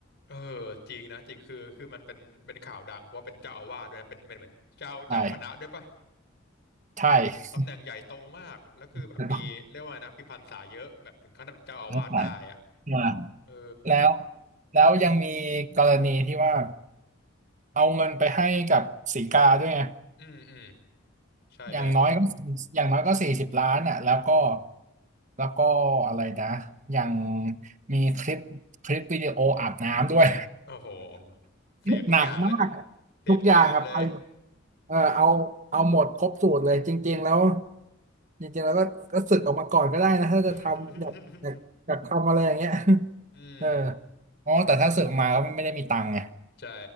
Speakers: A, on the left; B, on the right.
A: เออจริงนะจริงคือคือมันเป็นเป็นข่าวดังเพราะว่าเป็นเจ้าอาวาสด้วยนะเป็นเป็นเหมือนเจ้าเจ้าคณะด้วยปะ
B: ใช่ใช่
A: ตำแหน่งใหญ่โตมากแล้วคือแบบมีเรียกว่านะพิพรรษาเยอะแบบถึงขั้นเป็นเจ้าอาวาสได้อะ
B: <laughs> จะต้องนัแลมา
A: เออ
B: แล้วแล้วยังมีกรณีที่ว่าเอาเงินไปให้กับสีกาด้วยไง
A: อืมอืมใช่เลย
B: อย่างน้อยก็อย่างน้อยก็สี่สิบล้านอ่ะแล้วก็แล้วก็อะไรนะยังมีคลิปคลิปวิดีโออาบน้ำด้วย
A: โอ้โห
B: <laughs>
A: เสพทุกอย่างแล้ว
B: หนักมาก
A: เสพทุกอย่างเลย
B: ทุกอย่างอะไปหมดเออเอาเอาหมดครบสูตรเลยจริงๆแล้วจริงๆแล้วก็ก็สึกออกมาก่อนก็ได้นะถ้าจะทำอยากอยากอยากทำอะไรอย่างเงี้ย
A: <laughs>
B: <laughs>
A: อืม
B: เอออ๋อแต่ถ้าสึกออกมาก็ไม่ได้มีตังค์ไง
A: ใช่